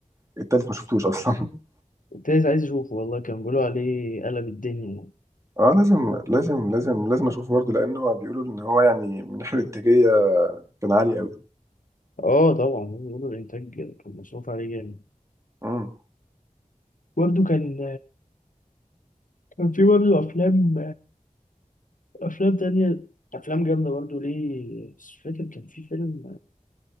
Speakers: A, on the right (about 20°); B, on the left (about 75°).
A: التالت ما شفتوش اصلا <laughs>
B: التالت عايز أشوفه والله كان بيقولوا عليه قلب الدنيا يعني.
A: اه لازم لازم لازم لازم اشوفه برضه لانه هو بيقولوا ان هو يعني من ناحيه الانتاجيه كان عالي قوي
B: اه طبعا بيقولوا الإنتاج كان مصروف عليه جامد
A: امم
B: برضو كان كان في برضو أفلام أفلام تانية أفلام جامدة برضو ليه مش فاكر كان في فيلم